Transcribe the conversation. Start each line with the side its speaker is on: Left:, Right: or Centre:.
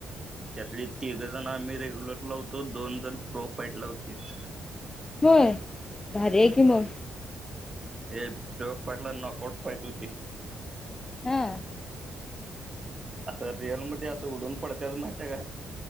Right: त्यातले तिघं जण आम्ही रेग्युलरला होतो, दोन जण प्रो फाईटला होतीत.
Left: होय? भारी कि मग.
Right: हे प्रो फायटला नॉक आऊट फायट होती.
Left: हा.
Right: असं रिअलमध्ये असं उडून पडतेत माहितीय काय?